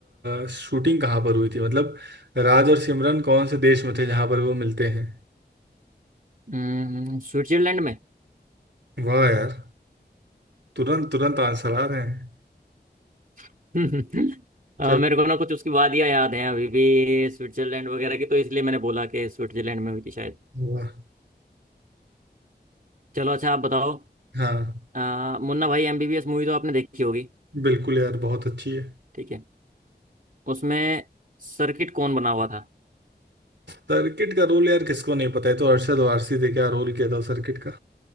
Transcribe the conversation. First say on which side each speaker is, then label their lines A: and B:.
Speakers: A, on the right; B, on the right.
A: अ, शूटिंग कहाँ पर हुई थी मतलब राज और सिमरन कौन से देश में थे जहाँ पर वो मिलते हैं
B: हम्म, स्विट्जरलैंड में
A: वाह यार तुरंत तुरंत आंसर आ रहे हैं
B: <laughs> हम्म। अ,
A: चल
B: मेरे को ना कुछ उसकी वादियाँ याद हैं अभी भी स्विट्जरलैंड वगैरह की तो इसलिए मैंने बोला कि स्विट्जरलैंड में हुई थी शायद
A: वाह
B: चलो अच्छा आप बताओ
A: हाँ
B: अ, मुन्ना भाई एमबीबीएस मूवी तो आपने देखी होगी
A: बिल्कुल यार बहुत अच्छी है
B: ठीक है उसमें सर्किट कौन बना हुआ था
A: सर्किट का रोल यार किसको नहीं पता है तो अरशद वारसी थे क्या रोल किया था सर्किट का